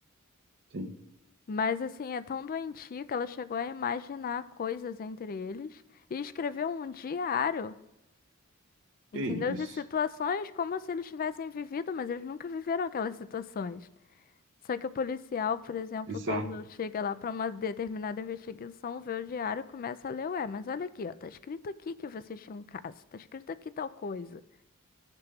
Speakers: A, on the right (about 60°); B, on the left (about 40°).
A: sim.
B: Mas assim, é tão doentio que ela chegou a imaginar coisas entre eles e escreveu um diário. Entendeu?
A: Que isso.
B: De situações como se eles tivessem vivido, mas eles nunca viveram aquelas situações. Só que o policial, por exemplo,
A: Bizarro.
B: quando chega lá para uma determinada investigação, vê o diário e começa a ler, ué, mas olha aqui, ó, tá escrito aqui que vocês tinham um caso, tá escrito aqui tal coisa.